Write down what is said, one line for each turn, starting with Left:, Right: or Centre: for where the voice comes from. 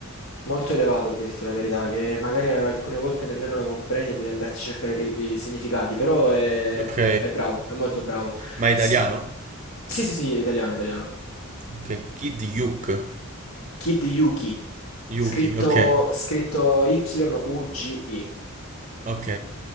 Left: molto elevato, a dirti la verità, che magari alcune volte nemmeno lo comprendi e devi andarti a cercare i, i significati, però è,
Right: Ok.
Left: è bravo, è molto bravo.
Right: Ma è italiano?
Left: Sì, sì, sì, sì, italiano, italiano.
Right: Ok, Kid Yuke.
Left: Kid Yugi,
Right: Yuki,
Left: scritto,
Right: ok,
Left: scritto Y-U-G-I.
Right: ok,